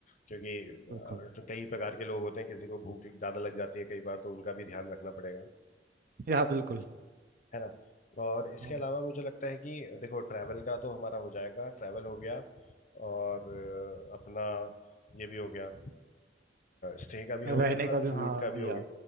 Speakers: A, on the left; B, on the right.
A: क्योंकि अ,
B: बिल्कुल
A: तो कई प्रकार के लोग होते हैं किसी को भूख ज़्यादा लग जाती है कई बार तो उनका भी ध्यान रखना पड़ेगा
B: या बिल्कुल
A: है ना और इसके
B: हाँ
A: अलावा मुझे लगता है कि देखो ट्रैवल का तो हमारा हो जाएगा ट्रैवल हो गया और अ, अपना ये भी हो गया स्टे का भी हो
B: रहने
A: गया
B: का
A: और
B: भी
A: फूड
B: हाँ
A: का भी
B: या
A: हो गया